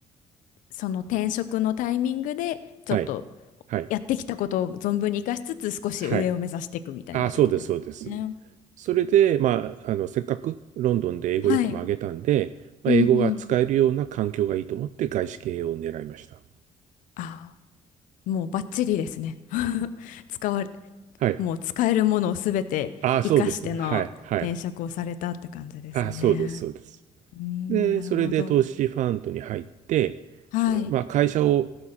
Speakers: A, on the left; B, on the right.
A: その転職のタイミングで、
B: はい。
A: ちょっと
B: はい。
A: やってきたことを存分に活かしつつ、少し上を目指していくみたいなってことですね。
B: はい。あ、そうです、そうです。それで、まあ、あの、せっかくロンドンで英語力も上げたんで、
A: はい。
B: まあ、
A: うんうんうん。
B: 英語が使えるような環境がいいと思って外資系を狙いました。
A: ああ、もうバッチリですね。<laughs> 使われ、
B: はい。
A: もう使えるものをすべて活かしての転職をされたって感じですね。
B: あ、そうですね。はい、はい。あ、そうです、そうです。
A: うーん、
B: で、
A: なるほど。
B: それで投資ファンドに入って、
A: はい。
B: まあ、会社を